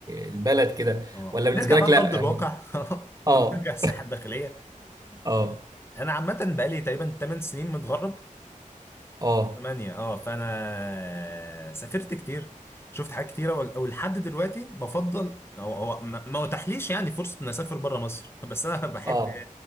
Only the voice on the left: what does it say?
اه
نرجع بقى
لأرض
الواقع <laughs> ونرجع
الساحة الداخلية
انا عامة بقالي تقريبا 8 سنين متغرب
ثمانية اه فانا سافرت كتير شفت حاجات كتيرة وال- ولحد دلوقتي بفضل هو هو ما ما اتاحليش يعني فرصة ان اسافر بره مصر <laughs> بس انا بحب